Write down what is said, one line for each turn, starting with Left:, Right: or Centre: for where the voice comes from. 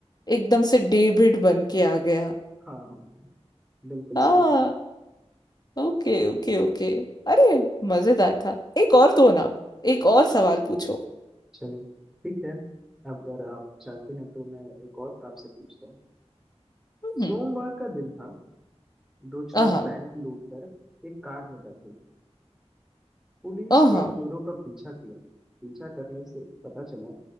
Left: एकदम से डेविड बन के आ गया
Centre: हाँ बिल्कुल
Left: हाँ
Centre: सही
Left: Okay okay okay अरे मजेदार था एक और दो ना एक और सवाल पूछो
Centre: चलो ठीक है अब अगर आप चाहते हैं तो मैं एक और आपसे पूछता हूँ
Left: हम्म
Centre: सोमवार का दिन था दो चोर
Left: आहा
Centre: बैंक लूट कर एक कार में बैठे पुलिस
Left: आहा
Centre: ने चोरों का पीछा किया पीछा करने से पता चला